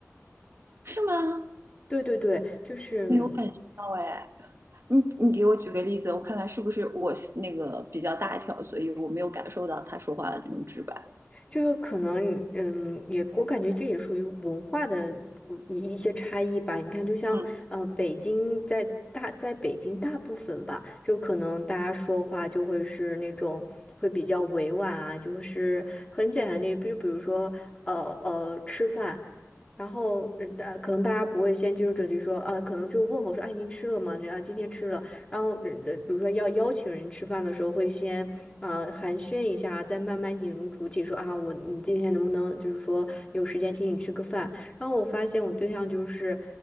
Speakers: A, on the right; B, on the left.
A: 是吗？
B: 对对对，就是。
A: 没有感觉到哎，
B: 嗯
A: 你你给我举个例子，我看看是不是我那个比较大条，所以我没有感受到他说话的那种直白。
B: 就是可能你嗯，也我感觉这也属于文化的不一一些差异吧。你看，就像呃，
A: 嗯，
B: 北京在大在北京大部分吧，就可能大家说话就会是那种会比较委婉啊，就是很简单的，就比如说呃呃吃饭，然后呃大可能大家不会先进入主题说啊，可能就问候说，哎，您吃了吗？这啊，今天吃了。然后，呃，比如说要邀请人吃饭的时候，会先啊寒暄一下，再慢慢引入主体，说啊，我你今天能不能就是说有时间请你吃个饭？然后我发现我对象就是